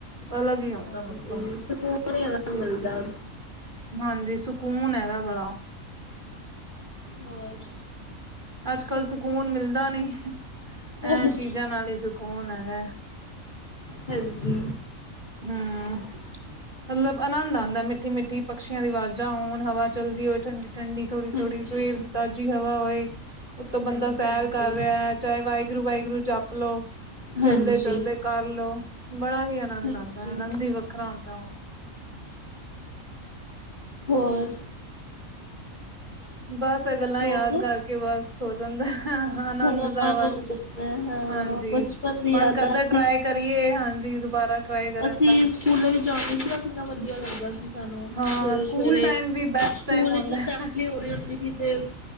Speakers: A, on the right (about 35°); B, on the left (about 35°).
A: ਅਲੱਗ ਹੀ ਹੁੰਦਾ
B: ਹਾਂਜੀ
A: ਮਤਲਬ
B: ਸਕੂਨ ਹੀ ਅਲਗ ਮਿਲਦਾ
A: ਹਾਂਜੀ ਸਕੂਨ ਹੈਗਾ ਬੜਾ
B: ਹੋਰ?
A: ਅੱਜ-ਕੱਲ ਸਕੂਨ ਮਿਲਦਾ ਨੀ ਇਹ
B: ਹਾਂਜੀ,
A: ਚੀਜ਼ਾਂ ਨਾਲ ਹੀ ਸਕੂਨ ਕੋਨ ਹੈਗਾ,
B: ਹਾਂਜੀ,
A: ਹੂੰ, ਮਤਲਬ ਆਨੰਦ ਆਉਂਦਾ ਮਿੱਠੀ-ਮਿੱਠੀ ਪਕਸ਼ੀਆਂ ਦੀ ਆਵਾਜ਼ਾਂ ਹੋਣ ਹਵਾ ਚਲਦੀ ਹੋਵੇ ਠੰਡੀ ਠੰਡੀ ਥੋੜੀ-ਥੋੜੀ
B: ਹਾਂਜੀ,
A: ਸਵੇਰ ਦੀ ਤਾਜ਼ੀ ਹਵਾ ਹੋਏ ਉਤੋਂ
B: ਹਾਂਜੀ,
A: ਬੰਦਾ ਸੈਰ ਕਰ ਰਿਹਾ ਹੈ ਚਾਹੇ ਵਾਹਿਗੁਰੂ ਵਾਹਿਗੁਰੂ ਵਾਹਿਗੁਰੂ ਜਪ ਲਓ ਚਲਦੇ-ਚਲਦੇ
B: ਹਾਂਜੀ,
A: ਕਰਲੋ ਬੜਾ ਹੀ ਆਨੰਦ
B: ਹਾਂਜੀ
A: ਆਉਂਦਾ। ਅਨੰਦ ਹੀ ਵੱਖਰਾ ਹੁੰਦਾ।
B: ਹੋਰ?
A: ਬਸ ਇਹ ਗੱਲਾਂ
B: ਸੋ
A: ਯਾਦ
B: ਗਏ?
A: ਕਰਕੇ ਬਸ ਹੋ ਜਾਂਦਾ
B: ਹਾਂ
A: ਆਨੰਦ
B: ਥੋੜਾ
A: ਦਾ
B: ਮਨ
A: ਬਸ
B: ਹੋ ਜਾਂਦਾ ਹੈ ਹਾਂ
A: ਹਾਂਜੀ
B: ਬਚਪਨ
A: ਹਾਂਜੀ
B: ਦੀ
A: ਮਨ
B: ਯਾਦਾਂ
A: ਕਰਦਾ
B: ਅਸੀਂ
A: ਟਰਾਈ ਕਰੀਏ ਹਾਂਜੀ ਦੁਬਾਰਾ ਟਰਾਈ ਕਰਨ
B: ਅਸੀਂ
A: ਦਾ
B: ਸਕੂਲਾਂ ਵਿੱਚ ਜਾਣਦੇ ਸੀ ਕਿੰਨਾ ਵਧੀਆ ਲੱਗਦਾ ਸੀ ਸਾਨੂੰ
A: ਹਾਂ
B: ਸਵੇਰੇ
A: ਸਕੂਲ
B: ਸਵੇਰੇ
A: ਟਾਈਮ ਵੀ ਬੈਸਟ
B: ਸਕੂਲ
A: ਟਾਈਮ ਹੁੰਦਾ
B: ਵਿੱਚ ਅਸੈਂਬਲੀ ਹੋ ਰਹੀ ਹੁੰਦੀ ਸੀ ਤੇ